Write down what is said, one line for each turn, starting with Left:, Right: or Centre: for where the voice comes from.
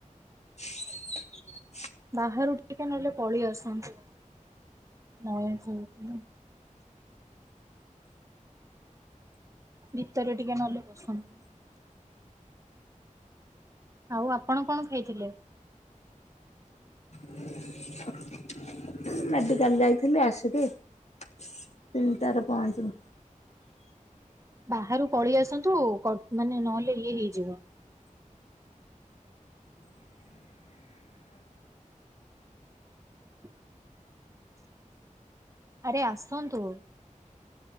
Left: <unintelligible>
Right: ବାହାରୁ ଟିକେ ନହେଲେ ପଳେଇ ଆସନ୍ତୁ ନସ ହଉ ଭିତରେ ଟିକେ ନହଲେ ବସନ ଆଉ ଆପଣ କଣ ଖାଇଥିଲେ
Left: <unintelligible> ମେଡିକାଲ ଯାଇଥିଲି ଆସିକି ତିନିଟାରେ ପହଞ୍ଚିବି
Right: ବାହାରୁ ପଳେଇ ଆସନ୍ତୁ ମାନେ ନହେଲେ ଇଏ ହେଇଯିବ ହ ଆରେ ଆସନ୍ତୁ